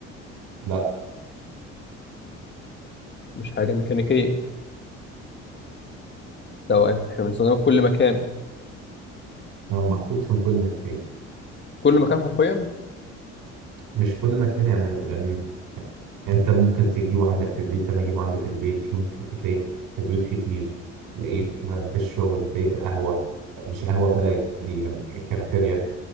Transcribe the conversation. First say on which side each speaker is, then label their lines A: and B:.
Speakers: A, on the right; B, on the left.
A: لا
B: مش حاجه ميكانيكيه طب انت احنا بنستخدمها في كل مكان
A: يعني محطوط في كل مكان
B: كل مكان حرفيا
A: مش كل مكان يعني أم، انت ممكن تجيبه عندك في البيت انا اجيبه عندي في البيت ممكن تلاقيه في بيوت كتير تلاقيه في في الشغل تلاقيه في قهوه مش قهوه بلدي يعني كافيتيريا